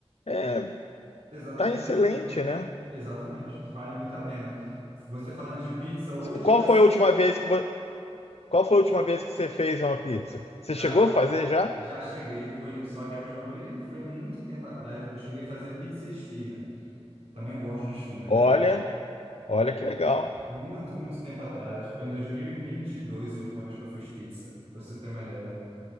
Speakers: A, on the left; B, on the right.
A: É,
B: Exatamente,
A: tá excelente,
B: exatamente.
A: né?
B: Exatamente. Vale muito a pena. Você falando de pizza, hoje
A: Qual
B: vai. s-
A: foi a última vez que vo- qual foi a última vez que você fez uma pizza? Você
B: Cara,
A: chegou a fazer já?
B: já cheguei, foi só que a última vez foi muito tempo atrás. Eu cheguei a fazer pizza e esfirra. Eu também gosto de esfirra,
A: Olha,
B: né?
A: olha que legal.
B: Muito, muito tempo atrás. Acho que foi em dois mil e e vinte e dois a última vez que eu fiz pizza, para você ter uma ideia.